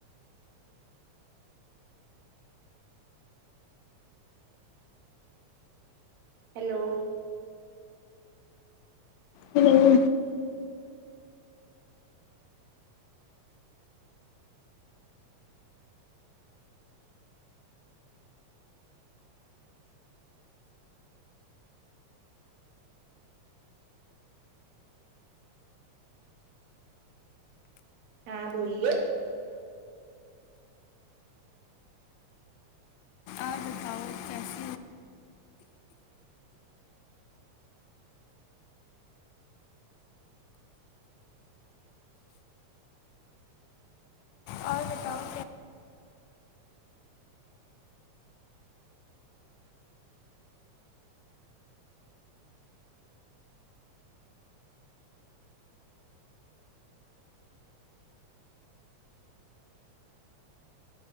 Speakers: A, on the right (about 70°); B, on the left (about 80°).
A: ہیلو
B: ہیلو
A: ہاں بولیے
B: آپ بتاؤ کیسا اور بتاؤ